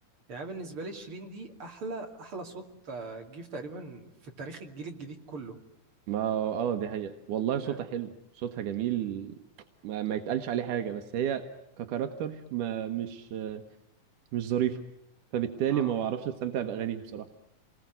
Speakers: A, on the right; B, on the right.
A: يعني أنا بالنسبة لي شيرين دي أحلى أحلى صوت آه، جه في تقريبا في تاريخ الجيل الجديد كله
B: ما اه دي حقيقة والله صوتها
A: يعني
B: حلو صوتها جميل ما, ما يتقالش عليه حاجة بس هي ككاركتر ما مش مش ظريفة فبالتالي
A: اه آه.
B: ما بعرفش استمتع باغانيها بصراحة